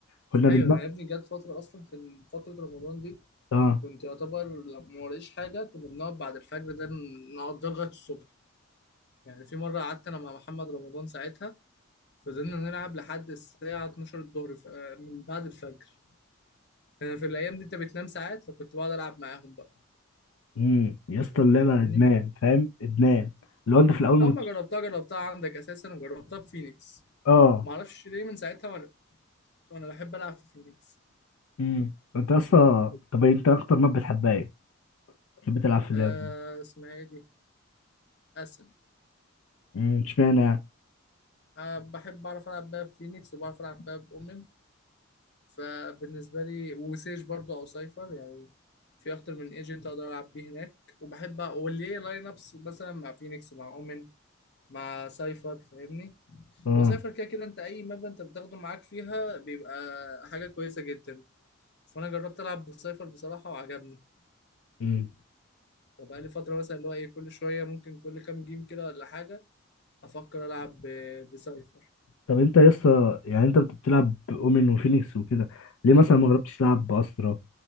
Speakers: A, on the left; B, on the left.
A: كنا
B: ايوه
A: بننام
B: يا ابني جت فتره اصلا كان فتره رمضان دي
A: اه
B: كنت يعتبر لو ما وريش حاجة كنا بنقعد بعد الفجر ده نقضي لغاية الصبح يعني في مرة قعدت أنا مع محمد رمضان ساعتها فضلنا نلعب لحد الساعة 12 الظهر ف- آه، من بعد الفجر يعني في الأيام دي أنت بتنام ساعات فكنت بقعد ألعب معاهم بقى
A: امم يا اسطى اللعبه
B: فاهمني
A: ادمان فاهم ادمان لو انت في الاول ما
B: أول
A: كنتش
B: ما جربتها جربتها عندك أساسا وجربتها في فينيكس
A: اه
B: معرفش ليه من ساعتها وأنا وأنا بحب ألعب في فينيكس
A: امم انت اصلا طب إيه، انت اكتر ما بتحبها ايه بتحب تلعب في اللعبه
B: آه
A: دي
B: اسمها إيه دي؟ أسن
A: امم اشمعنى يعني
B: أه بحب أعرف ألعب بقى في فينيكس وبعرف ألعب بقى بأمم فبالنسبه لي وسيج برضو او سايفر يعني في اكتر من ايجنت اقدر العب بيه هناك وبحب أ- وليه لاين ابس مثلا مع فينيكس مع اومن مع سايفر فاهمني
A: اه
B: وسايفر كده كده انت اي ماب انت بتاخده معاك فيها بيبقى حاجه كويسه جدا فانا جربت العب بسايفر بصراحه وعجبني
A: امم
B: فبقى لي فتره مثلا اللي هو ايه كل شويه ممكن كل كام جيم كده ولا حاجه افكر العب ب- بسايفر
A: طب انت يا اسطى يعني انت بتلعب باومن وفينيكس وكده ليه مثلا ما جربتش تلعب باسرا